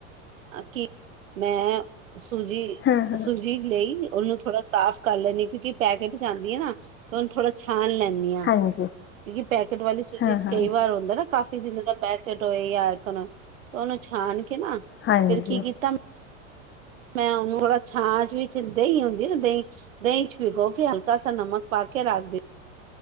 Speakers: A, on the right; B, on the left.
A: ਕਿ ਮੈਂ ਸੂਜੀ-ਸੂਜੀ
B: ਹਾਂ ਹਾਂ
A: ਲਈ ਉਹਨੂੰ ਥੋੜਾ ਸਾਫ਼ ਕਰ ਲੈਣੀ ਕਿਉਂਕਿ ਪੈਕੇਟ ਚ ਆਂਦੀ ਏ ਨਾ, ਉਹਨੂੰ ਥੋੜਾ ਛਾਣ ਲੈਣੀ <unintelligible> ਕਿਉਂਕਿ
B: ਹਾਂਜੀ
A: ਪੈਕੇਟ ਵਾਲੀ ਸੁੱਜੀ
B: ਹਾਂ
A: ਚ
B: ਹਾਂ
A: ਕਈ ਵਾਰ ਹੁੰਦਾ ਨਾ ਕਾਫੀ <unintelligible> ਮਤਲਬ ਪੈਕੇਟ ਹੋਏ ਜਾ <unintelligible> ਉਹਨੂੰ ਛਾਣ ਕੇ ਨਾ
B: ਹਾਂਜੀ
A: ਫਿਰ ਕੀ
B: ਹਾਂ
A: ਕੀਤਾ। ਮੈਂ ਉਹਨੂੰ ਥੋੜਾ ਛਾਂਛ ਵਿੱਚ ਦਹੀਂ ਹੁੰਦੀ ਨਾ ਦਹੀਂ ਦਹੀਂ ਚ ਭਿਗੋ ਕੇ ਹਲ ਥੋੜਾ ਸਾ ਨਮਕ ਪਾ ਕੇ ਰੱਖ ਦੇ।